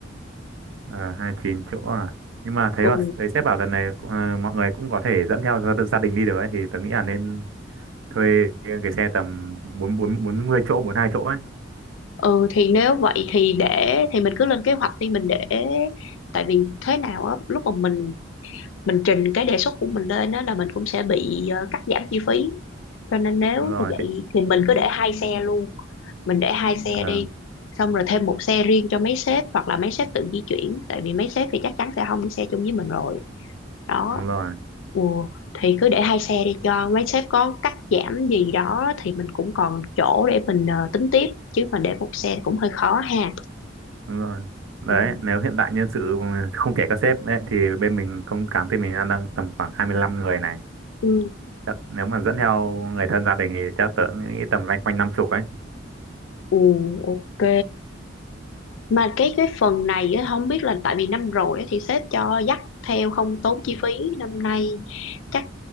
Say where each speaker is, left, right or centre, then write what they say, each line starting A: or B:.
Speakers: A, on the right; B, on the left.
A: Ờ, hai chín chỗ à. Nhưng mà thấy
B: ừ
A: là thấy sếp bảo lần này cũng- ờ, mọi người cũng có thể dẫn theo gia gia đình đi được ấy thì tớ nghĩ là nên thuê cái xe tầm bốn bốn bốn mươi chỗ, bốn hai chỗ ấy.
B: ừ thì nếu vậy thì để thì mình cứ lên kế hoạch đi mình để tại vì thế nào á lúc mà mình mình trình cái đề xuất của mình lên đó là mình cũng sẽ bị ờ, cắt giảm chi phí cho nên nếu
A: Đúng rồi.
B: như vậy
A: Thì,
B: thì mình cứ để hai xe luôn mình để hai xe
A: ờ,
B: đi xong rồi thêm một xe riêng cho mấy sếp hoặc là mấy sếp tự di chuyển tại vì mấy sếp thì chắc chắn sẽ không đi xe chung với mình rồi đó
A: đúng rồi,
B: ồ thì cứ để hai xe đi cho mấy sếp có cắt giảm gì đó thì mình cũng còn chỗ để mình ờ, tính tiếp chứ mà để một xe thì cũng hơi khó ha
A: đúng rồi. Đấy,
B: ừ.
A: nếu hiện tại nhân sự không kể các sếp ấy, thì bên mình không cảm thấy mình đang đang tầm khoảng 25 người này.
B: Ừ.
A: Chắc nếu mà dẫn theo người thân gia đình thì chắc tớ nghĩ tầm loanh quanh năm chục ấy.
B: Ừ, ok mà cái cái phần này á, không biết là tại vì năm rồi á, thì sếp cho dắt theo không tốn chi phí năm nay chắc